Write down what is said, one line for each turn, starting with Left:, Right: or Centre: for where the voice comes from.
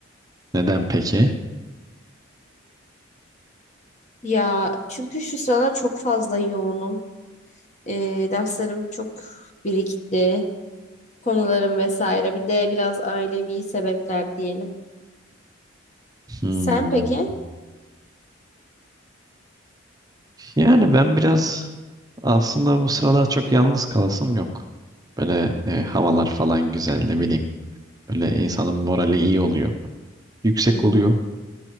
Right: Neden peki?
Left: Ya çünkü şu sıralar çok fazla yoğunum. Ee, derslerim çok birikti. Konularım vesaire. Bir de biraz ailevi sebepler diyelim.
Right: Hmm.
Left: Sen peki?
Right: Yani ben biraz aslında bu sıralar çok yalnız kalasım yok. Böyle e, havalar falan güzel ne bileyim. Böyle insanın morali iyi oluyor. Yüksek
Left: Hmm,
Right: oluyor.